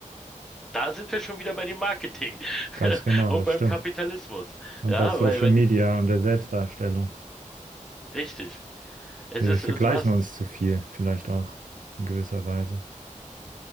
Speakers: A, in the centre; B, on the right (about 85°).
A: Da sind wir schon wieder bei dem Marketing <laughs>
B: Ganz genau,
A: und
B: das
A: beim
B: stimmt.
A: Kapitalismus.
B: Und
A: Ja,
B: bei Social
A: weil, weil
B: Media
A: die,
B: und der Selbstdarstellung.
A: richtig. Es
B: Ja,
A: ist,
B: wir vergleichen
A: äh, du hast,
B: uns zu viel, vielleicht auch in gewisser Weise.